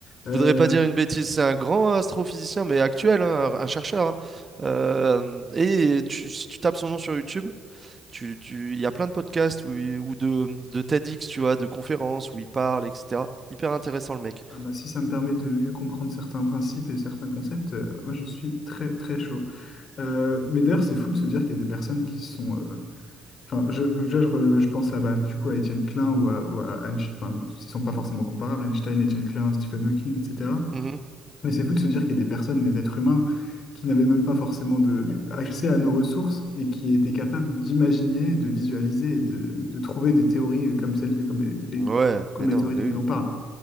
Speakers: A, on the left; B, on the right.
A: Euh,
B: Je voudrais pas dire une bêtise. C'est un grand astrophysicien, mais actuel, hein, un, un chercheur. hein. Euh, et tu, si tu tapes son nom sur YouTube, tu, tu- il y a plein de podcasts où il- ou de, de TEDx, tu vois, de conférences où il parle, etc. Hyper intéressant, le mec.
A: ah bah, si ça me permet de mieux comprendre certains principes et certains concepts, euh, moi je suis très très chaud. Euh, mais d'ailleurs, c'est fou de se dire qu'il y a des personnes qui sont... euh, Enfin, je, je, je, re- je pense à, bah, du coup, à Étienne Klein ou à, ou à Einstein, enfin, ils sont pas forcément comparables, Einstein, Étienne Klein, Stephen Hawking, etc.
B: Mhm.
A: Mais c'est fou de se dire qu'il y a des personnes, des êtres humains, qui n'avaient même pas forcément de, accès à nos ressources et qui étaient capables d'imaginer, de visualiser et de, de trouver des théories comme celles, comme les, les-
B: Ouais,
A: comme
B: mais non,
A: les théories
B: mais
A: desquelles
B: oui.
A: on parle.